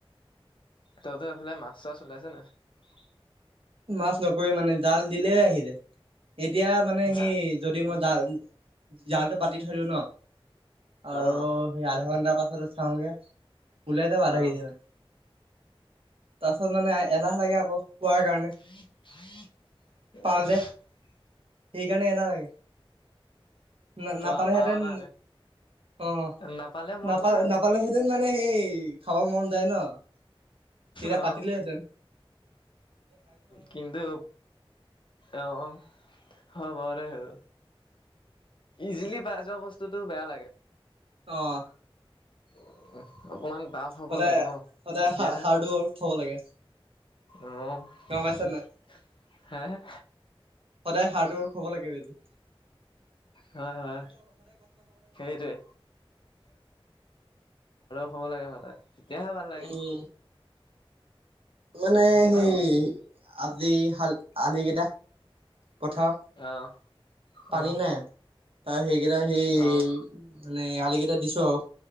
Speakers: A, on the left; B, on the right.
A: তহঁতৰ এইফালে মাছ, চাছ ওলাইছে নাই?
B: মাছ নকৰি মানে জাল দিলেই আহি যায়, এতিয়া মানে সেই
A: যা
B: যদি মই জাল জালটো পাতি থৰিও ন আৰু
A: অঁ
B: সেই আধা ঘন্টাৰ পাছত চা গে উওলাইটা বাৰা
A: অঁ
B: কেিন ম তাৰপাছত মানে এলাহ লাগে আকৌ কোৱাৰ কাৰণে
A: উ উ
B: পাওঁ যে সেইকাৰণে এলাহ লাগে না
A: পোৱা
B: নাপালেহেঁতেন
A: পাৱ কাৰণে
B: অ',
A: নাপালে মন
B: নাপা
A: গ'লহেঁতেন
B: নাপালেহেঁতেন মানে সেই খাব মন <unintelligible>
A: অঁ
B: পাতিলোহেতেন।
A: কিন্তু আহ হ বাৰু দে আৰু ইজিলি পাই যোৱা বস্তুতটো বেয়া লাগে
B: আহ,
A: উ, অকমান তাফ হ'ব
B: সদায়
A: লাগে ন
B: সদায়
A: তেতিয়াহে
B: হা হাৰ্ড ৱৰ্ক হ'ব লাগে
A: অহ,
B: গম পাইছা নাই সদায় হাৰ্ড ৱৰ্ক হব লাগে বাইদে
A: হয়, হয় সেইটোৱে হ'ব লাগে সদায় এতিয়াহে ভাল লাগে
B: উম মানে
A: এনেকে
B: সেই
A: আৰু
B: আজিকালি কেইটা পথাৰ
A: অঁ
B: পানী
A: অহ
B: নাই তাৰ সেইকেইটা সেই
A: অহ
B: মানে, আলি কেইটা দিছো আৰু